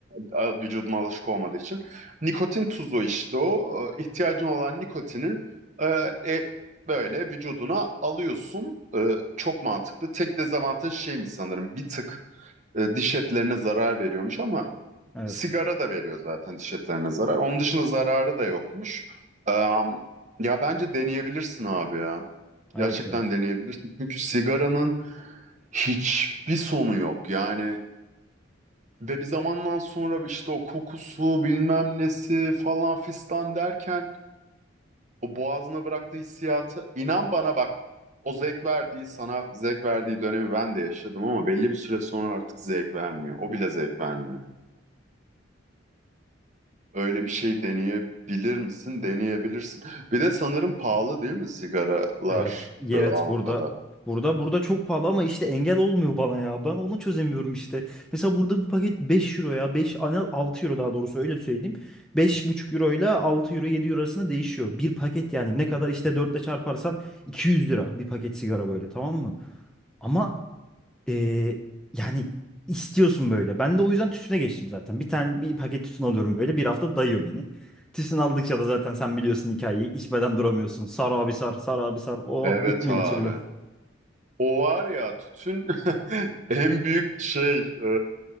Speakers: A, on the right; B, in the centre.
A: a- vücuduma alışık olmadığı için. Nikotin tuzu işte o. Ee, ihtiyacın olan nikotini e, e, böyle vücuduna alıyorsun. Ee, çok mantıklı. Tek dezavantaj şeymiş sanırım. Bir tık e, diş etlerine zarar veriyormuş ama
B: Evet.
A: Sigara da veriyor zaten diş etlerine zarar. Onun dışında zararı da yokmuş. Am, ya bence deneyebilirsin abi ya.
B: Evet
A: Gerçekten
B: ya.
A: deneyebilirsin. Çünkü sigaranın hiçbir sonu yok. Yani ve bir zamandan sonra işte o kokusu bilmem nesi falan fistan derken o boğazına bıraktığı hissiyatı inan bana bak o zevk verdiği sana zevk verdiği dönemi ben de yaşadım ama belli bir süre sonra artık zevk vermiyor. O bile zevk vermiyor. Öyle bir şey deneyebilir misin? Deneyebilirsin. Bir de sanırım pahalı değil mi sigaralar
B: Evet, evet
A: e, Avrupa'da?
B: burada burada burada çok pahalı ama işte engel olmuyor bana ya. Ben onu çözemiyorum işte. Mesela burada bir paket 5 euro ya. beş ana 6 euro daha doğrusu öyle söyleyeyim. beş buçuk euro ile 6 euro 7 euro arasında değişiyor. Bir paket yani ne kadar işte 4 ile çarparsan 200 lira bir paket sigara böyle tamam mı? Ama ee, yani istiyorsun böyle. Ben de o yüzden tütüne geçtim zaten. Bir tane bir paket tütün alıyorum böyle. Bir hafta dayıyor beni. Tütün aldıkça da zaten sen biliyorsun hikayeyi. İçmeden duramıyorsun. Sar abi sar, sar abi sar. Oh
A: Evet
B: bitmiyor
A: abi.
B: bir türlü.
A: O var ya tütün <laughs> en büyük şey, e,